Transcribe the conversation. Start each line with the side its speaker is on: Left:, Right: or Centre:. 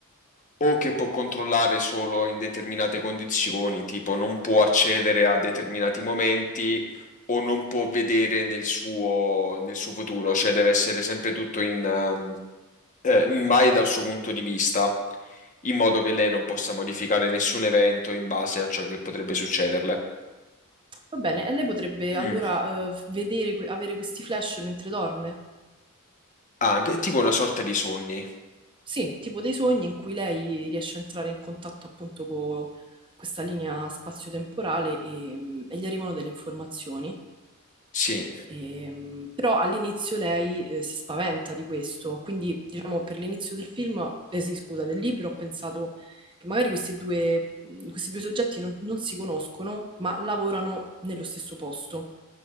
Left: o che può controllare solo in determinate condizioni, tipo non può accedere a determinati momenti o non può vedere nel suo, nel suo futuro, cioè deve essere sempre tutto in, ehm, eh, mai dal suo punto di vista, in modo che lei non possa modificare nessun evento in base a ciò che potrebbe succederle.
Right: va bene. E lei potrebbe
Left: Mm.
Right: allora eh, vedere, que- avere questi flash mentre dorme?
Left: Ah, Anche tipo una sorta di sogni.
Right: Sì, tipo dei sogni in cui lei riesce a entrare in contatto appunto con questa linea spazio-temporale e, mm, e gli arrivano delle informazioni.
Left: Sì,
Right: Ehm, però all'inizio lei eh, si spaventa di questo, quindi diciamo per l'inizio del film, eh, sì, scusa, del libro ho pensato che magari questi due, mm, questi due soggetti non, non si conoscono, ma lavorano nello stesso posto.